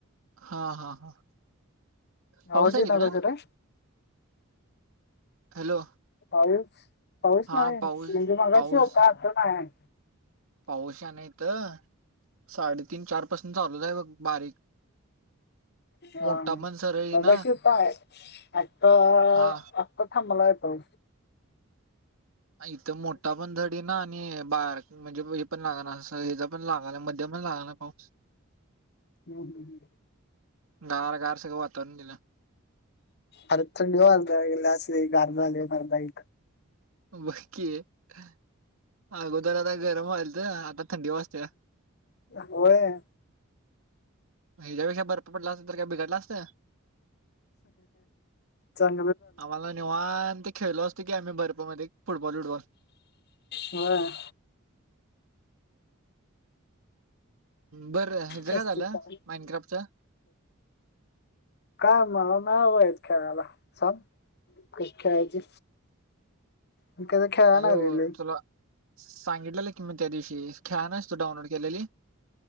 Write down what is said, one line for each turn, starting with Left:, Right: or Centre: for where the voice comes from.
Right: हा हा हा. पाऊस
Left: आवाज
Right: आहे
Left: येईना
Right: तिकडं
Left: व्हय जरा
Right: हॅलो.
Left: पाऊस पाऊस
Right: हा
Left: नाही
Right: पाऊस
Left: म्हणजे मगाशी
Right: पाऊस
Left: होताआता नाय आहे.
Right: पाऊस हाय नाहीतर साडेतीन चार पासून चालूच आहे बघ बारीक
Left: ह
Right: मोठा पण सरळ येईना
Left: मघाशी हुता आता
Right: हा
Left: आता थांबलाय. हां
Right: इथं मोठा पण धड येईना आणि बारक म्हणजे हे पण लाग ना अस हेचा पण लागलय मध्यमच लागालाय पाऊस
Left: हम्म, हम्म.
Right: गार गार सगळं वातावरण दिलं
Left: अर थंडी वाजायला लागलं असं गार झालंय मर्दा इथं
Right: बाकी आहे अगोदर आता गरम व्हायलत आता थंडी वाजत्या
Left: होय
Right: ह्याच्या पेक्षा बर्फ पडला असत तर काय बिघडल असत
Left: चल
Right: आम्हाला निवांत खेळलो असत की आम्ही बर्फमध्ये मध्ये फुटबॉल बिटबॉल
Left: व्हय
Right: बरं ह्याचं
Left: जास्तीत
Right: काय झालं
Left: जास्त.
Right: माइनक्राफ्टच
Left: काय मला नाय बाबा येत खेळाला सांग खेळायचं मी कधी खेळायला
Right: अरे
Left: नाही
Right: हो
Left: रे लयं
Right: तुला सांगितलेलं कि मी त्या दिवशी खेळा नास तू डाउनलोड केलेली